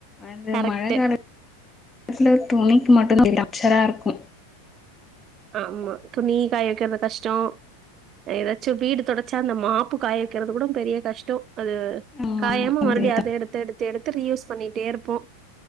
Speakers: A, on the left; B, on the right.
A: அது
B: கரெக்ட்
A: மழ கால துல துணிக்கு மட்டுதா அச்சரா இருக்கு
B: ஆமா துணி காய் வைக்கிறது கஷ்டோ ஏதாச்சு வீடு தொடச்சா அந்த மாப்பு காய வைக்கிறது கூட பெரிய கஷ்டோ அது
A: ஆமா
B: காயாம
A: ஆமா அதேதா
B: மறுவுடியு அதை எடுத்து எடுத்து எடுத்து ரீயூஸ் பண்ணிட்டே இருப்போ